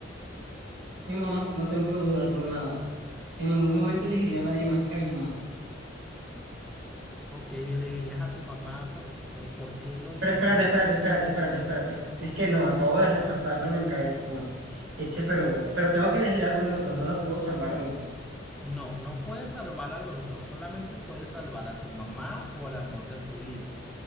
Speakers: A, on the right; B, in the centre.
A: mi mamá, no tengo que dudarlo nada. En ningún momento elegiría a nadie más que a mi mamá.
B: Ok, elegirías a tu mamá por, por, ¿por qué lo elegirías?
A: Pero espérate, espérate, espérate, espérate, espérate. Es que no, acabo de repasarlo en mi cabeza, como que, eche, pero, pero tengo que elegir a alguno de los dos, no los puedo salvar a los dos.
B: No, no puedes salvar a los dos, solamente puedes salvar a tu mamá o al amor de tu vida.